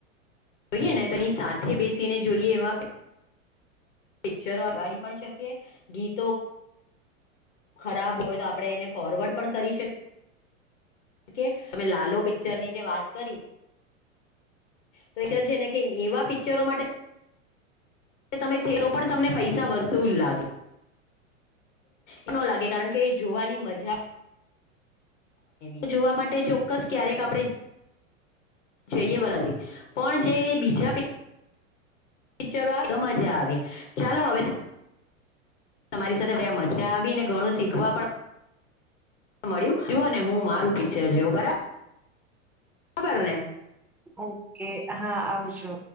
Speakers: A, on the left; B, in the centre.
A: જોઈએ ને તો એની સાથે બેસીને જોઈએ એવા પિક્ચરો આગાડી પણ શકીએ ગીતો ખરાબ હોય તો આપણે એને ફોરવર્ડ પણ કરી શકીએ. કે તમે લાલો પિક્ચર ની જે વાત કરી તો સર છે ને કે એવા પિક્ચરો માટે તમે થ તો પણ તમને પૈસા વસુલ લાગે. એ ન લાગે કારણ કે જોવાની મજા તો જોવા માટે ચોક્કસ ક્યારેક આપણે જઈએ બરાથી પણ જે બીજા પિક્ચરો આવે તો મજા આવે ચાલો હવે તમારી સાથે મજા આવી ને ઘણું શીખવા પણ મળ્યું જો અને હું મારું પિક્ચર જોઉ બરાબર. બરાબરને.
B: ઓકે હા આવજો.